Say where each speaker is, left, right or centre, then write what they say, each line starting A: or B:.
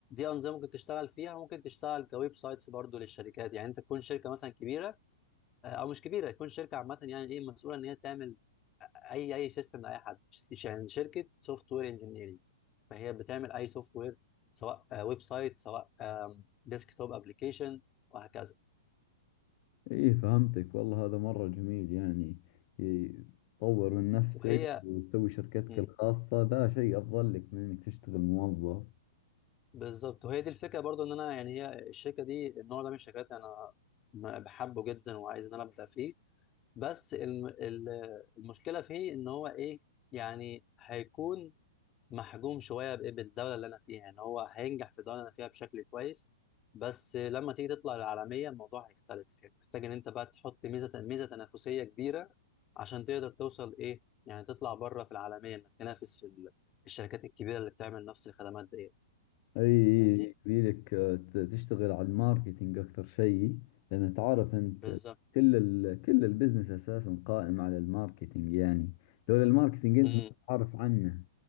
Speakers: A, on the left (about 25°); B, on the left (about 40°).
A: انظمه ممكن تشتغل فيها ممكن تشتغل كويب سايتس برضو للشركات يعني انت تكون شركه مثلا كبيره آه، او مش كبيره تكون شركه عامه يعني ايه مسؤوله ان هي تعمل اي اي سيستم لاي حد ش- يعني شركه سوفت وير انجينيرنج فهي بتعمل اي سوفت وير سواء آه، ويب سايت سواء ديسك توب ابلكيشن وهكذا
B: اي فهمتك والله هذا مرة جميل يعني إي، تطور
A: مم.
B: من نفسك
A: وهي
B: وتسوي شركتك
A: مم.
B: الخاصة ذا شيء افضل لك من انك تشتغل موظف
A: بالظبط وهي دي الفكره برضو ان انا يعني هي الشركه دي النوع ده من الشركات انا م- بحبه جدا وعايز ان انا ابدا فيه بس الم- ال- المشكله فيه ان هو ايه يعني هيكون محجوم شويه بإيه؟ بالدوله اللي انا فيها يعني هو هينجح في الدوله اللي انا فيها بشكل كويس بس لما تيجي تطلع العالميه الموضوع هيختلف يعني محتاج ان انت بقى تحط ميزه ميزه تنافسيه كبيره عشان تقدر توصل ايه يعني تطلع بره في العالميه انك تنافس في ال- الشركات الكبيره اللي بتعمل نفس الخدمات ديت
B: اي اي
A: فاهمني
B: إي، يبيلك آه، ت- تشتغل على الماركتينج اكثر شيء لان تعرف انت
A: بالظبط
B: كل ال كل البزنس اساسا قائم على الماركتينج يعني لولا الماركتينج انت
A: امم
B: ما بتعرف عنه